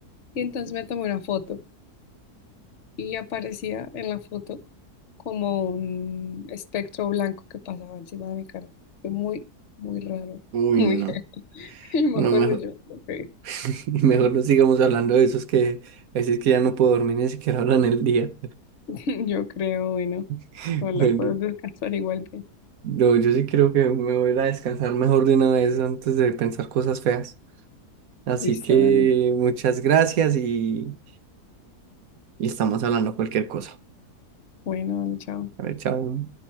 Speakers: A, on the left (about 50°); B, on the right (about 65°).
A: Y entonces me tomé una foto y aparecía en la foto como un espectro blanco que pasaba encima de mi cara. Fue muy, muy raro,
B: uy,
A: muy
B: no,
A: heavy. <laughs> Y no me
B: no,
A: acuerdo
B: mejor,
A: yo, ok,
B: <laughs> mejor no sigamos hablando de esos que, a veces que ya no puedo dormir ni siquiera ahora en el día,
A: <laughs> yo creo, bueno,
B: <laughs>
A: bueno,
B: bueno,
A: puedes descansar igual bien.
B: no, yo sí creo que me voy a ir a descansar mejor de una vez antes de pensar cosas feas. Así
A: Listo,
B: que
A: dale.
B: muchas gracias y, y estamos hablando cualquier cosa.
A: Bueno, dale, chao.
B: A ver, chao.